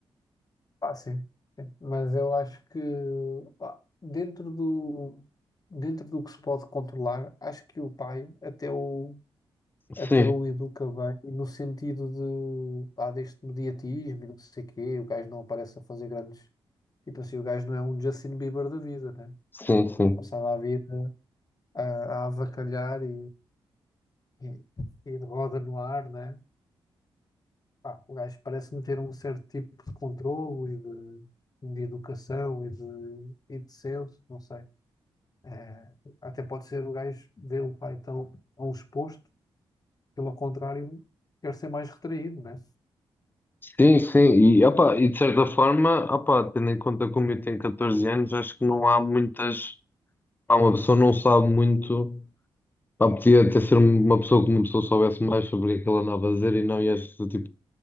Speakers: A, on the left (about 40°); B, on the left (about 20°).
A: Ah, sim, sim. Mas eu acho que pá, dentro do, dentro do que se pode controlar, acho que o pai até o,
B: Sim,
A: até o educa bem, e no sentido de, pá, deste mediatismo e não sei quê, o gajo não aparece a fazer grandes. Tipo assim, o gajo não é um Justin Bieber da vida, né?
B: sim, sim.
A: Passava a vida a, a avacalhar e, e, e de roda no ar, né? Pá, o gajo parece-me ter um certo tipo de controlo e de, de educação e de, e de senso, não sei. Eh, até pode ser o gajo ver o pai tão, tão exposto, pelo contrário, quer ser mais retraído, né?
B: Sim, sim. E, opá, e de certa forma, opá, tendo em conta como eu tenho 14 anos, acho que não há muitas. Pá, uma pessoa não sabe muito. Pá, podia até ser um, uma pessoa que uma pessoa soubesse mais sobre o que é que ele andava a dizer e não ias, tipo,